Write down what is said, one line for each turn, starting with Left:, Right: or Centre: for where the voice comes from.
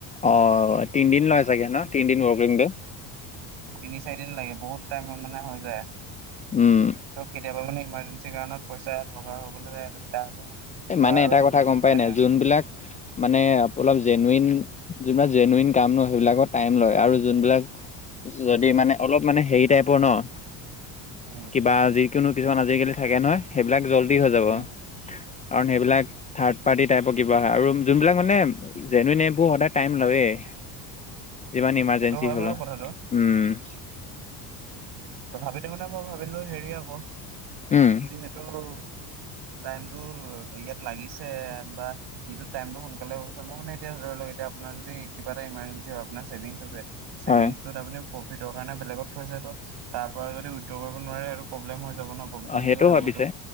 Left: অঁ', তিনদিন লয় চাগে ন' তিনদিন ৱৰ্কিং দে।
Right: তিনি-চাৰি দিন লাগে, বহুত টাইম মানে হৈ যায়।
Left: উম
Right: ত' কেতিয়াবা মানে ইমাৰ্জে- ন্সি কাৰণত পইচা দৰাৰ হৈ গ'লে তাৰ পৰা-
Left: এ'
Right: লোৱা
Left: মানে
Right: আৰু
Left: এটা কথা গম
Right: মানে
Left: পাই নাই যোনবিলাক- মানে অলপ জেনুৱেইন যোনবিলাক জেনেৱেইন কাম ন' সেইবিলাকত টাইম লয়, আৰু যোনবিলাক- যদি মানে অলপ মানে হেৰি টাইপৰ ন'-
Right: উম
Left: কিবা যিকোনো কিছুমান আজিকালি থাকে নহয় সেইবিলাক জল্দি হৈ যাব।
Right: উম
Left: কাৰণ সেইবিলাক থাৰ্ড পাৰ্টি টাইপৰ কিবা হয়, আৰু যোনবিলাক মানে- যেনুৱেইনবোৰ সদায় টাইম লয়েই যিমান ইমানজেঞ্চি
Right: সেইটো হয়
Left: হ'লো।
Right: বাৰু কথাটো
Left: উমঁ-উমঁ।
Right: তথাপিতো মানে মই ভাবিলো হেৰি আকৌ
Left: উম
Right: যিহেতু- টাইমটো ইয়াত লাগিছে বা- ইটো টাইমটো সোনকালে হৈ গৈছে, মোৰ মানে এতিয়া ধৰি লওঁক এতিয়া আপোনাৰ যদি কিবা এটা ইমাৰ্জেঞ্চি হয়, আপোনাৰ ছেভিংছ আছে- ছেভিংছত
Left: হয়
Right: আপুনি প্ৰফিটৰ কাৰণে বেলেগত থৈছে তো। তাৰ পৰা যদি উইড্ৰ কৰিব নোৱাৰে আৰু প্ৰব্লেম হৈ যাব ন'। প্ৰব্লেমেটিক
Left: অঁ', -সেইটো
Right: হৈ যাব
Left: হয় পিছে,